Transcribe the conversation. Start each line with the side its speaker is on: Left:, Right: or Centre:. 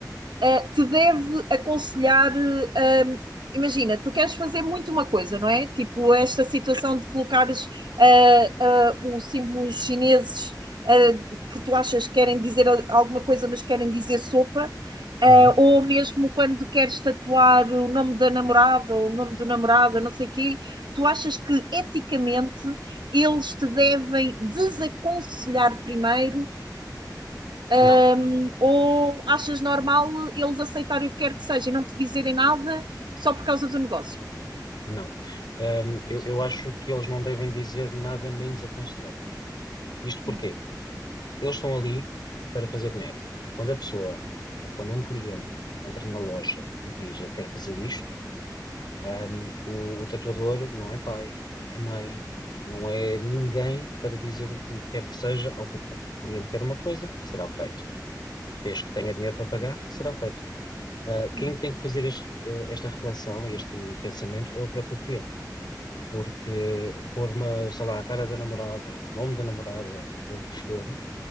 Right: eh, te deve aconselhar. eh, um, imagina, tu queres fazer muito uma coisa, não é? Tipo, esta
Left: sim,
Right: situação de colocares eh, eh, os símbolos chineses eh, que tu achas que querem dizer alguma coisa, mas querem dizer sopa. eh,
Left: uhum,
Right: ou mesmo quando queres tatuar o nome da namorada ou o nome do namorado, não sei o quê, tu achas que eticamente eles te devem desaconselhar primeiro Hum,
Left: não,
Right: ou achas normal eles aceitarem o que quer que seja e não te dizerem nada só por causa do negócio?
Left: não. Ahm, eu, eu acho que eles não devem dizer nada nem desaconselhar. Isto porque
Right: Hum,
Left: eles estão ali para fazer dinheiro. Quando a pessoa, eh, quando um cliente entra na loja e diz eu quero fazer isto, Um, o, o tatuador não é pai, não é mãe, não é ninguém para dizer o, o que quer que seja ao cliente. O cliente quer uma coisa, será feito. Desde que tenha dinheiro para pagar, será feito. Uh,
Right: hum.
Left: quem tem que fazer este, uh, esta reflexão e este pensamento é o próprio cliente. Porque pôr uma, sei lá, a cara da namorada, ou o nome da namorada, ou o que for,